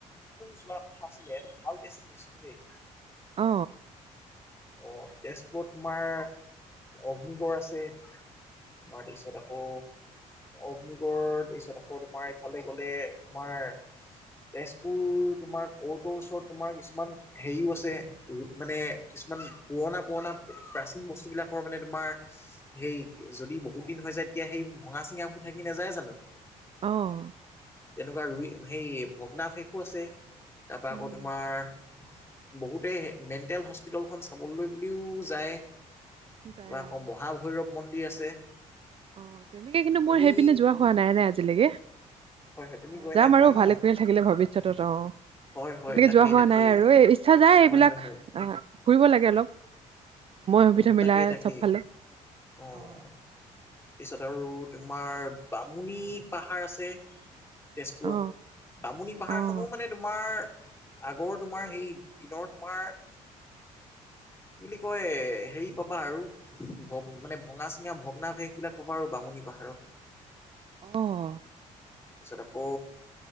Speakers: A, on the left (about 15°); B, on the right (about 40°).
A: যোৱা কথা আছিলে এইটো ভাল ডেষ্টিনেশচন দেই
B: অ
A: অ তেজপুৰত তোমাৰ অগ্নিগড় আছে হয় তাৰপাছত আকৌ অগ্নিগড় তাৰিছত আকৌ তোমাৰ ইফালে গলে তোমাৰ তেজপুৰ তোমাৰ ক'ৰ্টৰ ওচৰত তোমাৰ কিছুমান হেৰিও আছে মানে কিছুমান পুৰণা-পুৰণা প্ৰাচীন বস্তুবিলাকৰ মানে তোমাৰ <unintelligible> সেই যদি বহুত দিন হৈ যায় তেতিয়া সেই ভঙা-চিঙাবোৰ থাকি নাযায় জানো? <unintelligible>
B: অঁ। <unintelligible>
A: তেনেকুৱা ৰুই সেই ভগ্নাৱশেষ‌ও আছে তাৰপা
B: উম
A: আকৌ তোমাৰ <unintelligible> বহুতে মেণ্টেল হস্পিতেলখন চাবলৈ বুলিও যায়। <inaudible> তাৰপৰা
B: যায়
A: আকৌ
B: অ
A: মহাভৈৰৱ মন্দিৰ আছে। <inaudible>
B: অঁ! তেনেকে কিন্তু
A: তুমি
B: মোৰ সেই পিনে যোৱা হোৱা নাই-নাই আজিলৈকে। <unintelligible>
A: হয় হয় তুমি গৈ
B: যাম
A: নাই পোৱা
B: আৰু
A: ন?
B: ভালে কোশলে থাকিলে ভৱিষ্যতত অঁ। <unintelligible>
A: হয় হয়
B: তেনেকে
A: তাকেই
B: যোৱা হোৱা
A: তাকেই
B: নাই আৰু এই ইচ্ছা যায়
A: হয়
B: এইবিলাক
A: হয় হয়
B: আহ ফুৰিব লাগে অলপ। <inaudible> সুবিধা
A: তাকেই-তাকেই
B: মিলাই চবফালে
A: <inaudible> উম!
B: অ
A: তাৰপিছত আৰু তোমাৰ বামুণী পাহাৰ আছে। <inaudible> তেজপুৰত
B: অ
A: বামুনি পাহাৰখনো
B: অ
A: মানে তোমাৰ <unintelligible> আগৰ তোমাৰ সেই দিনৰ তোমাৰ <inaudible> কৈ হেৰি পাবা আৰু <unintelligible> ভগ মানে ভঙা-চিঙা ভগ্নাৱশেষবিলাক পাবা আৰু বামুণী পাহাৰত। <unintelligible>
B: অঁ। <inaudible>
A: তাৰপিছত আকৌ